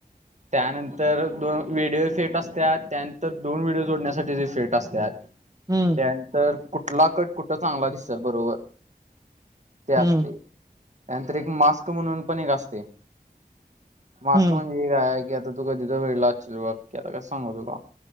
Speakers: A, on the right; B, on the right.
A: त्यानंतर दोन वडिओ फेट- असते. त्या त्यानंतर दोन व्हिडिओ जोडण्यासाठी ज फेट असतात.
B: हम्म,
A: त्या नंतर कुठला कट कुठ चांगला दिसल बरोबर ते असते.
B: हम्म
A: त्यानंतर एक मास्क म्हणून पण असते मास्क
B: हम्म
A: म्हण ठीक आहे की आता तू कधी तर वेळ लाचशील आता कस सांगू तुला.